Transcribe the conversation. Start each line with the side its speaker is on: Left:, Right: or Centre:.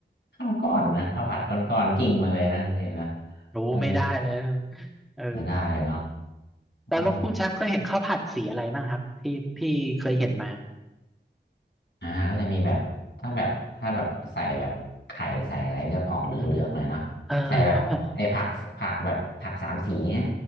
Left: ข้าวก้อนนะข้าวผัดก้อนก้อนกิ่งมาเลยนะคุณเชลนะ
Centre: <laughs> รู้ไม่ได้เลย
Left: เออ
Centre: เออ
Left: ไม่ได้เนาะ
Centre: แต่แล้วคุณแชมป์เคยเห็นข้าวผัดสีอะไรบ้างครับที่พี่เคยเห็นมา
Left: เออ อ่าก็จะมีแบบถ้าแบบถ้าแบบใส่แบบไข่ใส่อะไรก็จะออกเหลืองๆหน่อยเนาะใส่แบบไอ้ผักผักแบบผักสามสีเนี่ย
Centre: อืมเออเอาอะ